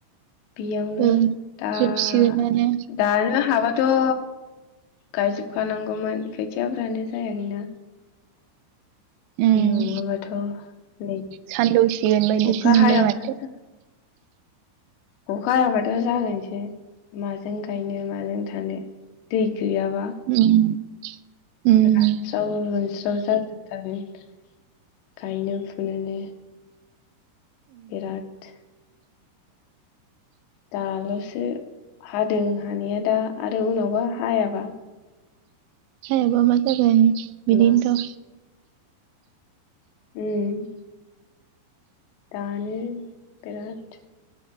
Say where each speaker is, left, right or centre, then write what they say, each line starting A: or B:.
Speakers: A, on the left; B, on the right.
A: बेयावनो
B: ओं
A: दा-दानो
B: जोबसिगोनानो
A: हाबा थ गायजोबखानांगौमोन खोथियाफ्रानो जाया खैना।
B: उम
A: नङाबाथ' नै
B: सानदौसिगोन बायदिसो
A: अखा
B: मोनबाय
A: हाया
B: माथो।
A: <unintelligible> अखा हाबाथ' जागोनसो माजों गायनो माजों थानो दै गैयाबा
B: उम उम
A: रानस्राव मोन औ जाव <unintelligible> गायनो फुुनोनो। बिराद दाल'सो हादों हानिया दा आरो उनावबा हायाबा
B: हायाबा मा जागोन? बिदिनथ'।
A: मा उम। दानो बिराद